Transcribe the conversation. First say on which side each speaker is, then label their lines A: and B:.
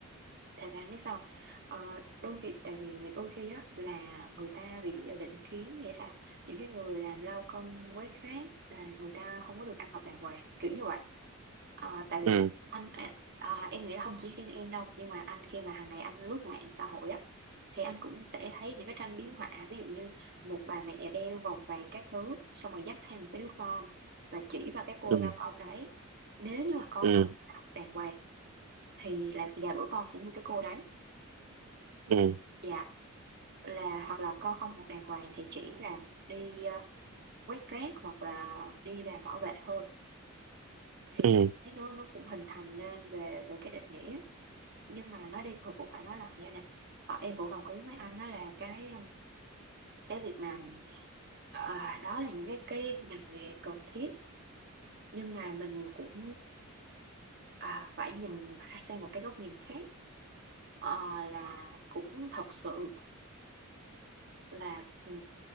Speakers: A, on the right; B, on the right.
A: Thầy Vàng biết sao ờ, đôi khi tại vì đôi khi á là người ta bị định kiến nghĩa là những cái người làm lao công quét rác là người ta không có được ăn học đàng hoàng kiểu như vậy Ờ, tại vì
B: ừ
A: anh à, à, em nghĩ là không chỉ riêng em đâu nhưng mà anh khi mà hàng ngày anh lướt mạng xã hội á thì anh cũng sẽ thấy những cái tranh biếm họa ví dụ như một bà mẹ đeo vòng vàng các thứ xong rồi dắt theo một cái đứa con và chỉ vào cái cô
B: ừ
A: lao công đấy nếu như mà con
B: ừ
A: không học đàng hoàng thì là là bữa con sẽ như cái cô đấy
B: ừ
A: Dạ là hoặc là con không học đàng hoàng thì chỉ là đi ờ, quét rác hoặc là đi làm bảo vệ thôi thì
B: ừ
A: cái nó nó cũng hình thành nên về về cái định nghĩa nhưng mà nó đi hồi cũng phải nói là như này ờ, em cũng đồng ý với anh đó là cái ờ, cái việc mà ờ, đó là những cái cái ngành nghề cần thiết nhưng mà mình cũng à, phải nhìn ra sang một cái góc nhìn khác Ờ, là cũng thật sự là ừ,